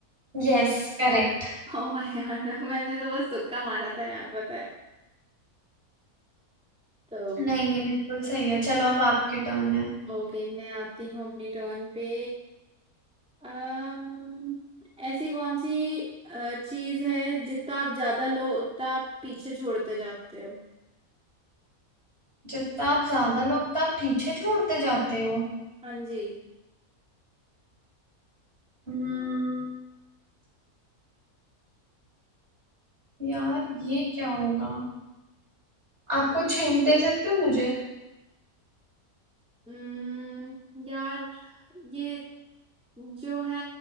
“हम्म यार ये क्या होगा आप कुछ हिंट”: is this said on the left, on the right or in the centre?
Right